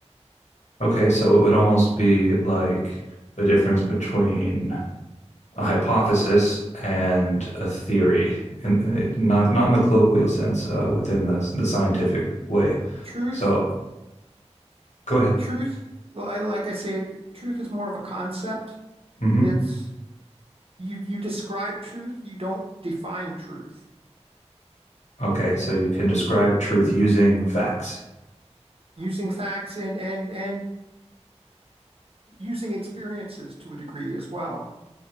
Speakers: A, on the left; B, on the right.
A: Okay, so it would almost be like the difference between a hypothesis and a theory, and uh, not not in the colloquial sense, uh, within the the scientific way.
B: Truth
A: So go ahead.
B: truth, li- like I say, truth is more of a concept.
A: hmm
B: It's you you describe truth, you don't define truth.
A: Okay, so you can describe truth using facts.
B: Using facts and and and using experiences to a degree as well.